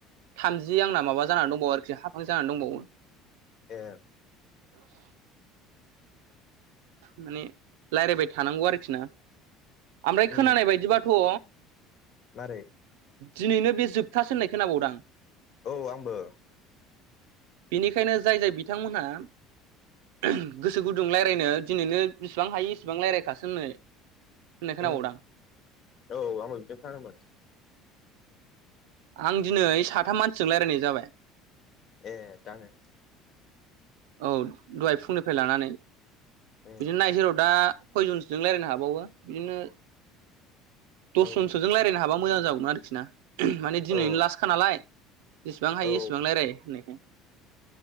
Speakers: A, on the right (about 90°); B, on the left (about 50°).
A: थामजि आंना माबा जानानै दंबावो आरोखि हाफां जानानै दंबावो।
B: ए
A: माने लायरायबाय थानांगौ आरोखि ना ओमफ्राय
B: उम
A: खोनानाय बायदिबाथ'।
B: मारै?
A: दिनैनो बे जोबथासो होननाय खोनाबावदों आं।
B: औ आंबो।
A: बेनिखायनो जाय-जाय बिथांमोनहा। गोसो गुदुं लायरायनो दिनैनो बिसिबां हायो इसिबां लायरायखासो होननाय-होननाय खोनाबावदांं।
B: उम औ आंबो बिदि खोनादोंमोन।
A: आं दिनै साथाम मानसिजों लायरायनाय जाबाय।
B: ए दानो?
A: औ दहाय फुंनिफ्राय लानानै बिदिनो
B: उम
A: नायनोसै र' दा। खयजनसोजों लारायनो हाबावो बिदिनो। दसजनसोजों
B: औ
A: रायलायनो हाबा मोजां जागौमोन आरोखि ना माने दिनैनो
B: औ
A: लासखा नालाय। जेसेबां हायो
B: औ
A: एसेबां लायराय होननायखाय।